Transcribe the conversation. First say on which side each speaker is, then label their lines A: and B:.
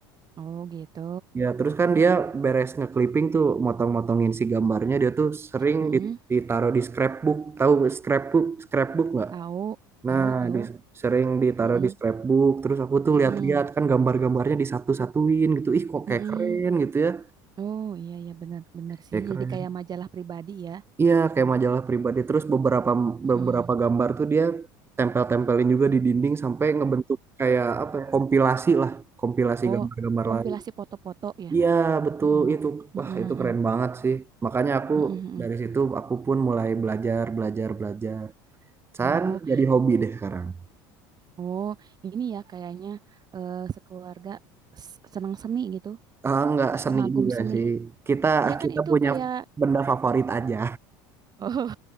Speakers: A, on the right; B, on the right.
A: Oh gitu.
B: Ya, terus kan dia beres nge-clipping tuh motong-motongin si gambarnya, dia tuh sering
A: Heeh.
B: dit- ditaruh di scrapbook. Tahu scrapbook? Scrapbook nggak?
A: Tahu, tahu,
B: Nah,
A: tahu.
B: di, sering ditaruh
A: Heeh.
B: di scrapbook, terus aku tuh
A: Heeh.
B: lihat-lihat kan gambar-gambarnya disatu-satuin gitu. Ih, kok
A: Heeh.
B: kayak keren gitu ya.
A: Oh iya iya benar benar sih.
B: Kayak
A: Jadi
B: keren.
A: kayak majalah pribadi ya.
B: Iya, kayak majalah pribadi. Terus beberapa
A: Heeh.
B: beberapa gambar tuh dia tempel-tempelin juga di dinding sampai ngebentuk kayak apa ya, kompilasi lah, kompilasi
A: Oh,
B: gambar-gambar
A: kompilasi
B: lain.
A: foto-foto ya.
B: Iya, betul
A: Mm-mm.
B: itu.
A: Mm-mm,
B: Wah, itu
A: mm-mm,
B: keren banget sih. Makanya aku
A: mm-mm, mm-mm.
B: dari situ aku pun mulai belajar, belajar, belajar. San
A: Oh,
B: jadi hobi deh sekarang.
A: oh, ini ya kayaknya eh, sekeluarga s- senang seni gitu,
B: Ah, nggak seni
A: pengagum
B: juga
A: seni.
B: sih. Kita
A: Iya kan
B: kita
A: itu
B: punya
A: kayak,
B: benda favorit aja.
A: <laughs> oh,